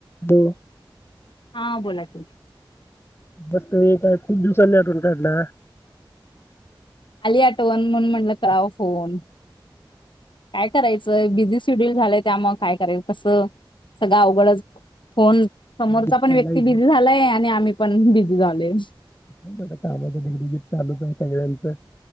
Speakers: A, on the left (about 30°); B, on the left (about 65°).
A: बो
B: हा बोला ताई.
A: मस्त एक काय खूप दिवसांनी आठवण काढल्या.
B: आली आठवन म्हणून म्हणल करावं फोन. काय करायचंय बिझीस शेड्यूल झालंय त्या मग काय करेल कस. सगळं अवघडच फोन समोरचा
A: चालायचं
B: पण व्यक्ती बिझी झालाय आणि आम्ही पण बिझी झालोय.
A: <unintelligible> चालूच आहे सगळ्यांचं